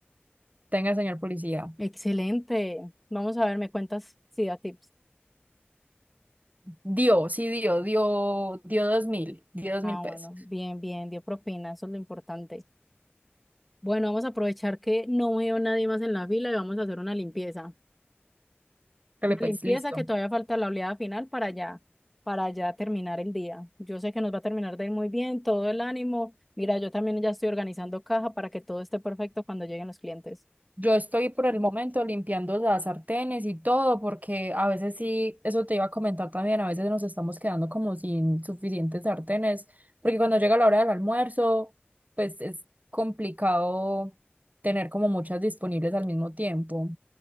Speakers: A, on the right; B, in the centre.
A: Tenga, señor policía.
B: Excelente. Vamos a ver, me cuentas si da tips.
A: Dio, sí dio, dio, dio dos mil, dio dos
B: Ah,
A: mil pesos.
B: bueno, bien, bien, dio propina, eso es lo importante. Bueno, vamos a aprovechar que no veo nadie más en la fila y vamos a hacer una limpieza.
A: Dale
B: Una
A: pues,
B: limpieza
A: listo.
B: que todavía falta la oleada final para ya, para ya terminar el día. Yo sé que nos va a terminar de ir muy bien, todo el ánimo. Mira, yo también ya estoy organizando caja para que todo esté perfecto cuando lleguen los clientes.
A: Yo estoy por el momento limpiando las sartenes y todo, porque a veces sí, eso te iba a comentar también, a veces nos estamos quedando como sin suficientes sartenes, porque cuando llega la hora del almuerzo, pues es complicado tener como muchas disponibles al mismo tiempo.